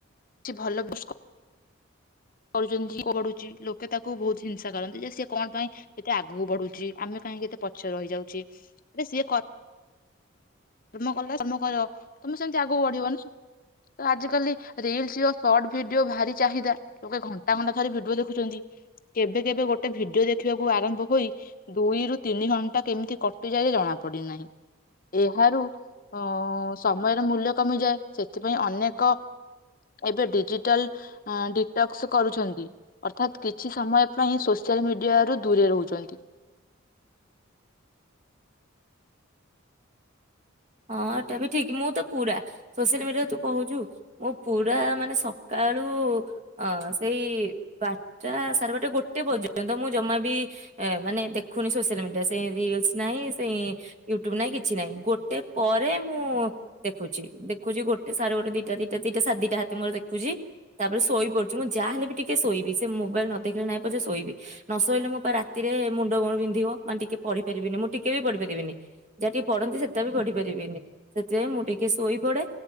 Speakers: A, on the left; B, on the right.
A: ଛି ଭଲ କ କରୁଚନ୍ତି କଢୁଚି ଲୋକେ ତାକୁ ବୋହୁତ ହିଂସା କରନ୍ତି ଯେ ସିଏ କଣ ପାଇଁ ଏତେ ଆଗକୁ ବଢୁଚି ଆମେ କାହିଁକି ଏତେ ପଛରେ ରହିଯାଉଛି ସିଏ କର କର୍ମ କଲା କର୍ମ କର ତମେ ସେମିତି ଆଗକୁ ବଢିବନି ତ ଆଜିକାଲି ରିଲସ ଓ ସର୍ଟ ଭିଡିଓ ଭାରି ଚାହିଦା ଲୋକେ ଘଣ୍ଟା ଘଣ୍ଟା ଧରି ଭିଡିଓ ଦେଖୁଚନ୍ତି। କେବେ କେବେ ଗୋଟେ ଭିଡିଓ ଦେଖିବାକୁ ଆରମ୍ଭ ହୋଇ ଦୁଇରୁୁ ତିନି ଘଣ୍ଟା କେମତି କଟିଯାଏ ଯେ ଜଣା ପଡିନାହିଁ ଏଇଆ ହାରୁ ଅ ସମୟର ମୂଲ୍ୟ କମିଯାଏ। ସେଥିପାଇଁ ଅନେକ ଏବେ ଡିଜିଟାଲ ଡିଟକ୍ସ କରୁଛନ୍ତି ଅର୍ଥାତ କିଛି ସମୟ ପାଇଁ ସୋସିଆଲ ମିଡିଆ ରୁ ଦୂରେ ରହୁଚନ୍ତି।
B: ହଁ ଏଟା ବି ଠିକି ମୁଁ ତ ପୁରା ସୋସିଆଲ ମିଡିଆରେ ତୁ କହୁଚୁ ମୁଁ ପୁରା ମାନେ ସକାଳୁ ଅ ସେଇ ବାରଟା ସାଢେ ବରଟା ଗୋଟେ ପର୍ଯ୍ୟନ୍ତ ମୁଁ ଜମା ବି ମାନେ ଦେଖୁନି ସୋସିଆଲ ମିଡିଆ ସେଇ ରିଲସ ନାହିଁ ସେଇ ୟୁଟୁବ ନାହିଁ କିଛି ନାହିଁ ଗୋଟେ ପରେ ମୁଁ ଦେଖୁଚି ଦେଖୁଚି ଗୋଟେ ସାରେ ଗୋଟେ ଦିଟା ଦିଟା ଦିଟା ସାଦିଟା ହାତେ ମୋର ଦେଖୁଚି ତାପରେ ଶୋଇପଡୁଚି ମୁଁ ଯାହା ହେଲେ ବି ଟିକେ ଶୋଇବି ସେ ମୋବାଇଲ ନ ଦେଖିଲେ ନାହିଁ ପଛେ ଶୋଇବି ନ ଶୋଇଲେ ମୋ ରାତିରେ ମୁଣ୍ଡ କଣ ବିନ୍ଧିବ ମାନ ଟିକେ ପଢିପାରିବିନି ମୁଁ ଟିକେ ବି ପଢିପାରିବିନି ଯାହା ଟିକେ ପଢନ୍ତି ସେତ ପାରିବିନି ସେଥିପାଇଁ ମୁଁ ଟିକେ ଶୋଇପଡେ